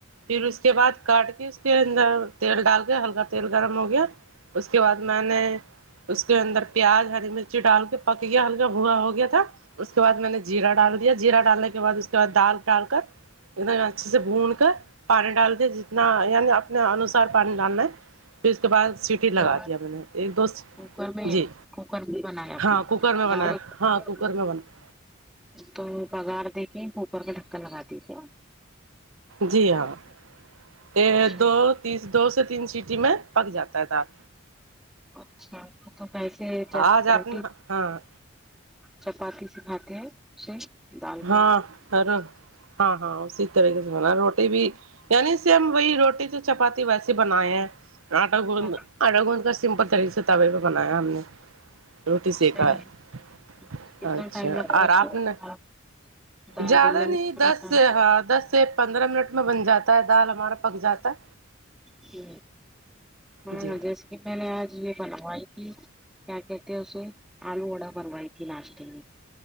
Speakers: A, on the right; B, in the centre.
A: پھر اس کے بعد کاٹ کے اس کے اندر تیل ڈال کےہلکا تیل گرم ہو گیا اس کے بعد میں نے اس کے اندر پیاز ہری مرچی ڈال کے پک گیا ہلکا بھورا ہو گیا تھا اس کے بعد میں نے جیرا ڈال جیرا ڈالنے کے بعد اس کے بعد دال ڈال کر انے اچھے سے بھون کر پانی ڈال دیا جتنا یعنی اپنے انوسار پانی ڈالنا ہے پھر اس کے بعد سیٹی
B: تو
A: لگا دیا میں نے ایک دوسی
B: کوکر میں
A: جی
B: کوکر میں بنایا آپ
A: ہاں
B: نے
A: کوکر میں بنایا
B: ڈائریکٹ
A: ہاں کوکر میں بنا
B: تو بگار دے کے کوکر کا ڈھکن لگا دییے
A: جی ہوو ایک
B: اچھا
A: دو تس دو سے تین سیٹ ی میں پک جاتا ہے دال
B: اچھا تو کیسے جب
A: آج آپ
B: روٹی
A: نے ہاں
B: چپاتی سے کھاتے ہیں اسے دال
A: ہاں
B: کو
A: پھر ہاں ہاں اسی طریقے سے بنا روٹی بھی یعنی سیم ہم وہی روٹی تو چپاتی ویسے بنائے ہیں آٹا گوند
B: ہاں
A: آٹا گوند کر سمپل طریقے سے توے پہ بنایا ہم نے روٹی
B: صحیح
A: سیکا ہے
B: ہے. کتنا
A: اچھا
B: ٹائم لگتا
A: اور
B: ہے
A: آپ
B: دال
A: نے
B: دال
A: زیادہ
B: بننے میں
A: نہیں
B: کتنا
A: دس
B: ٹائم
A: سے ہاں دس سے پندرہ منٹ میں بن جاتا ہے دال ہمارا پک جاتا ہے
B: جی ہاں
A: جی
B: جیسے کہ میں نے آج یہ بنوائی تھی کیا کہتے ہیں اسے آلو وڈا بنوائی تھی ناشتے میں